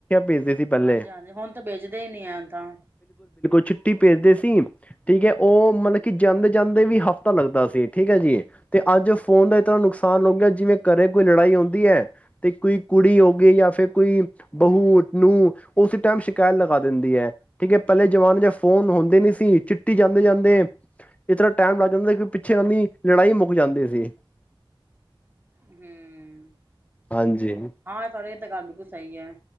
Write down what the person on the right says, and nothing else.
ਹਾਂਜੀ ਹਾਂਜੀ ਹੁਣ ਤਾਂ ਭਜਦੇ ਹੀ ਨਹੀਂੀ ਐ ਤਾਂ
ਹੂੰ
ਹਾਂ ਤੁਹਾਡੇ ਇਹ ਤਾਂ ਗੱਲ ਬਿਲਕੁਲ ਸਹੀ ਹੈ